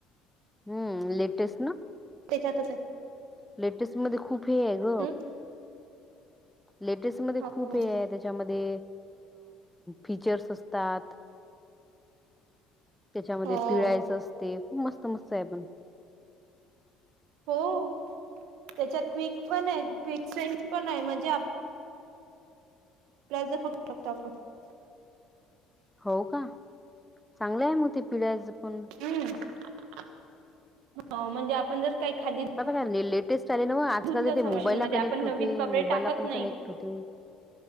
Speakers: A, in the centre; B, on the right (about 80°).
A: हम्म लेटेस्ट न
B: त्याच्यातचय
A: लेटेस्ट मध्ये खूप हेय ग
B: हम्म,
A: लेटेस्ट मध्ये
B: हो
A: खूप हे हाय त्याच्यामध्ये फीचर्स असतात. त्याच्यामध्ये
B: हो
A: पिळायचं असते, खूप मस्त मस्त आहे पण.
B: हो त्याच्यात क्विक पणय क्विक सेन्स पण हाय म्हणजे आ प्लाझ फक्त <unintelligible>
A: हो का चांगलंय मग ते पिळायचं पण.
B: हम्, हो म्हणजे आपण जर काही खाली
A: <unintelligible> लेटेस्ट चाले नव्ह आजकाल
B: धुतलं
A: तर
B: असं
A: ते मोबाईलला
B: मशीन मध्ये
A: कनेक्ट
B: आपण नवीन
A: होते,
B: कपडे
A: मोबाईलला
B: टाकत
A: पण
B: नाही
A: कनेक्ट होते.